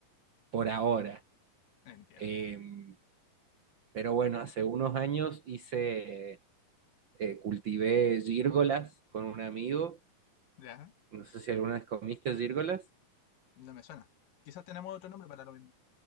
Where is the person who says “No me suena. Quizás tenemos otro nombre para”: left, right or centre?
Left